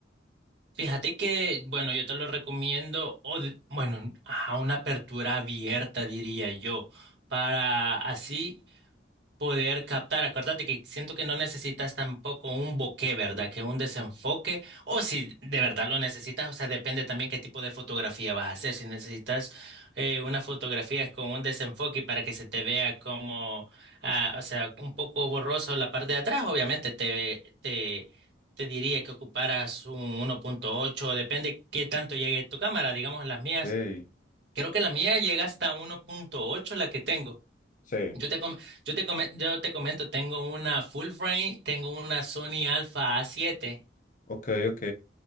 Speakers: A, on the right; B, on the left.
A: Fíjate que, bueno, yo te lo recomiendo, o de- bueno, a una apertura abierta, diría yo, para así poder captar. Acuérdate que siento que no necesitas tampoco un bokeh, ¿verdad? Que un desenfoque. O si de verdad lo necesitas, o sea, depende también qué tipo de fotografía vas a hacer. Si necesitas eh, una fotografía con un desenfoque para que se te vea como, ah, o sea, un poco borroso la parte de atrás, obviamente te, te, te diría que ocuparas un 1.8, depende qué tanto llegue tu cámara. Digamos, las mías,
B: ok.
A: creo que la mía llega hasta 1.8, la que tengo.
B: Sí.
A: Yo te, com- yo te, come- yo te comento, tengo una full frame, tengo una Sony Alpha A7.
B: Ok, ok.